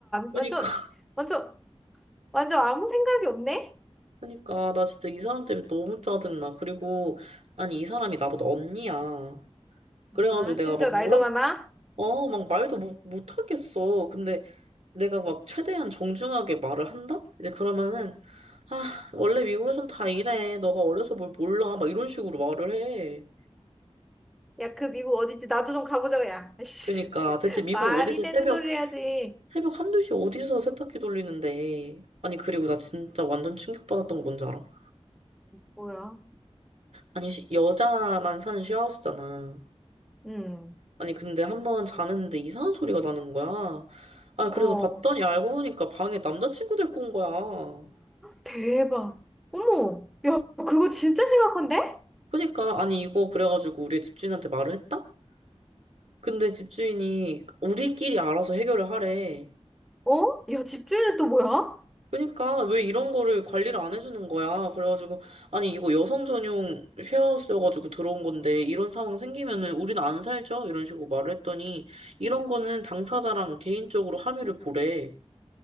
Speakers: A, on the right; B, in the centre.
A: 그니까
B: 완전, 완전, 완전 아무 생각이 없네?
A: 그러니까 나 진짜 이 사람 때문에 너무 짜증나. 그리고 아니 이 사람이 나보다 언니야. 그래가지고
B: 아,
A: 내가
B: 심지어
A: 막
B: 나이도
A: 뭐라
B: 많아?
A: 어 막 말도 못, 못 하겠어. 근데 내가 막 최대한 정중하게 말을 한다? 이제 그러면은 아 원래 미국에선 다 이래. 너가 어려서 뭘 몰라. 막 이런 식으로 말을 해.
B: 야, 그 미국 어디지? 나도 좀 가보자고, 야. <laughs> 씨,
A: 그러니까 대체 미국
B: 말이
A: 어디서
B: 되는
A: 새벽
B: 소리 해야지.
A: 새벽 한두 시 어디서 세탁기 돌리는데 아니 그리고 나 진짜 완전 충격받았던 거 뭔지 알아?
B: 뭐야?
A: 아니 시- 여자만 사는 쉐어하우스잖아.
B: 음,
A: 아니, 근데 한 번 자는데 이상한 소리가 나는 거야. 아,
B: 어.
A: 그래서 봤더니 알고 보니까 방에 남자친구 데리고 온 거야.
B: 대박. 어머, 야, 그거 진짜 심각한데?
A: 그러니까, 아니, 이거 그래가지고 우리 집주인한테 말을 했다? 근데 집주인이 우리끼리 알아서 해결을 하래.
B: 어? 야, 집주인은 또 뭐야?
A: 그러니까, 왜 이런 거를 관리를 안 해주는 거야. 그래가지고, 아니, 이거 여성 전용 쉐어하우스여가지고 들어온 건데, 이런 상황 생기면은 우리는 안 살죠? 이런 식으로 말을 했더니, 이런 거는 당사자랑 개인적으로 합의를 보래.